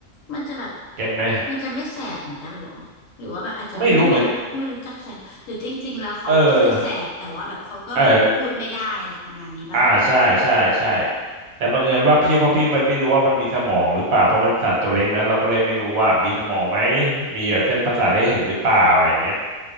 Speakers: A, on the left; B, on the right.
A: มันจะแบบ
B: เก็ตไหม
A: มันจะไม่แสบเหมือนกันเหรอหรือว่าแบบอาจจะแบบไม่มีแบบไม่รู้จักแสบหรือจริงๆแล้วเขาก็คือแสบแต่ว่าแบบเขาก็แบบพูดไม่ได้อะไรประมาณนี้ป่ะ
B: ไม่รู้เหมือนเออเอออ่าใช่ใช่ใช่แต่บังเอิญว่าพี่เพราะพี่มันไม่รู้ว่ามันมีสมองหรือเปล่าเพราะมันสัตว์ตัวเล็กนะเราก็เลยไม่รู้ว่ามีสมองไหมมีแบบเส้นประสาทให้เห็นหรือเปล่าอะไรอย่างเงี้ย